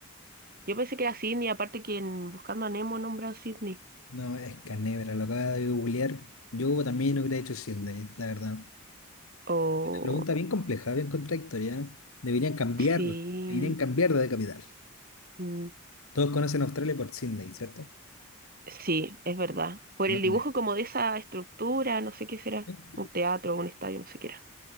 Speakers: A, on the right; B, on the left.
A: Yo pensé que era Sydney, aparte que en Buscando a Nemo nombran Sydney.
B: No, es Canebra, lo acaba de googlear. Yo también lo hubiera hecho Sydney, la verdad.
A: Oh,
B: Pregunta bien compleja, bien contradictoria. Deberían cambiar,
A: sí.
B: deberían cambiar de capital.
A: Mm,
B: Todos conocen a Australia por Sydney, ¿cierto?
A: Sí, es verdad. Por
B: No
A: el
B: Canebra.
A: dibujo como de esa estructura, no sé qué será.
B: ¿sí?
A: Un teatro, un estadio, no sé qué era.